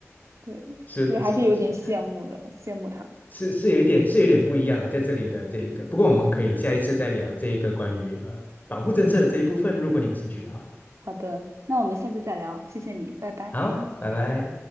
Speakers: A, on the right; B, on the left.
A: 对，
B: 是的，
A: 所以还是有点羡慕的，
B: 是的，是的。
A: 羡慕他们。
B: 是是有一点是有点不一样啊，在这里的这一个，不过我们可以下一次再聊这一个关于呃保护政策的这一部分，如果你有兴趣的话。
A: 好的，那我们下次再聊，谢谢你，拜拜。
B: 好，拜拜。